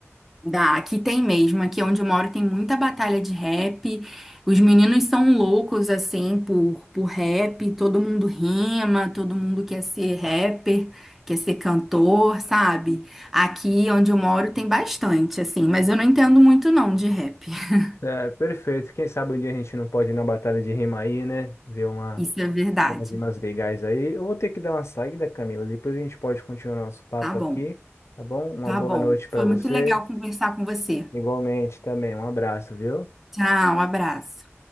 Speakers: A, in the centre; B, on the left (about 65°).
A: Dá, aqui tem mesmo. Aqui onde eu moro tem muita batalha de rap. Os meninos são loucos, assim, por, por rap. Todo mundo rima, todo mundo quer ser rapper, quer ser cantor, sabe? Aqui onde eu moro tem bastante, assim, mas eu não entendo muito não de rap. <laughs>
B: É, perfeito. Quem sabe um dia a gente não pode ir na batalha de rima aí, né? Ver uma.
A: Isso é verdade.
B: umas umas legais aí. Eu vou ter que dar uma saída, Camila. Depois a gente pode continuar nosso papo
A: Tá bom,
B: aqui, tá bom? Uma
A: tá
B: boa
A: bom.
B: noite para
A: Foi
B: você.
A: muito legal conversar com você.
B: Igualmente também. Um abraço, viu?
A: Tchau, abraço.